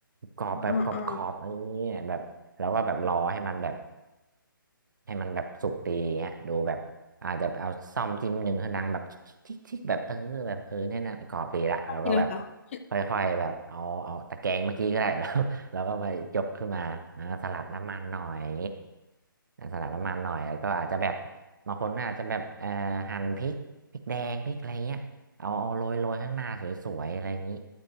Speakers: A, on the right; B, on the left.
A: กรอบแบบกรอบๆเออ
B: อืมค่ะอ่าอ่า
A: แบบแล้วก็แบบรอให้มันแบบ ให้มันแบบสุกดีเงี้ยดูแบบอาจจะเอาซ่อมจิ้มหนึ่งให้ดังแบบทิกทิกแบบเออแบบเออเนี่ยนะกรอบดีละแล้วก็แบบ
B: ทีละค่ะ
A: ค่อยๆแบบเอาเอาตะแกรงเมื่อกี้ก็ได้ <laughs> แล้วแล้วก็ไปยกขึ้นมาอ่าสลัดน้ำมันหน่อยอ่าสลัดน้ำมันหน่อยแล้วก็อาจจะแบบบางคนอาจจะแบบเอ่อหั่นพริกพริกแดงพริกอะไรเงี้ยเอาเอาโรยโรยข้างหน้าสวยๆอะไรอย่างนี้